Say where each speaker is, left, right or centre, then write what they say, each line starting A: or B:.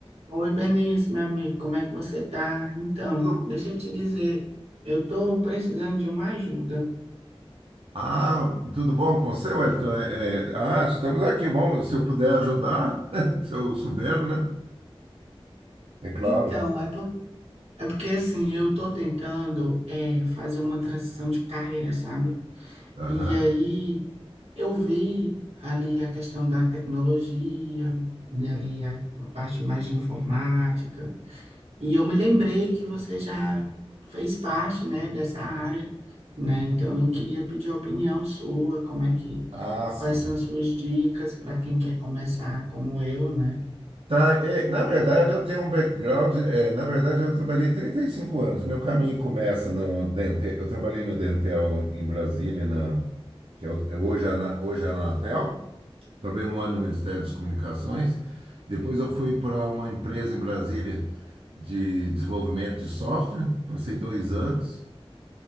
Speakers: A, on the right (about 85°); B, on the right (about 65°).
A: Oi, Benício, meu amigo, como é que você tá? Então,
B: Tudo-
A: deixa eu te dizer, eu tô precisando de uma ajuda.
B: Ah, tudo bom com você, Wellington? É, é, ah, estamos aqui. Vamos, se eu puder ajudar, <laughs> se eu souber, né? É claro.
A: Então, é, por- é porque assim, eu tô tentando é, fazer uma transição de carreira, sabe?
B: Aham.
A: E aí eu vi ali a questão da tecnologia, dali a a parte mais de informática. E eu me lembrei que você já fez parte, né, dessa área, né? Então eu queria pedir a opinião sua, como é que,
B: Ah, sim.
A: quais são as suas dicas para quem quer começar como eu, né?
B: Tá, é, na verdade, eu tenho um background. é, na verdade, eu trabalhei 35 anos. Meu caminho começa no Dentel. Eu trabalhei no Dentel em Brasília, na, que é o- é hoje a, Ana- hoje a Anatel. Trabalhei um ano no Ministério das Comunicações. Depois, eu fui para uma empresa em Brasília de desenvolvimento de software. Passei dois anos.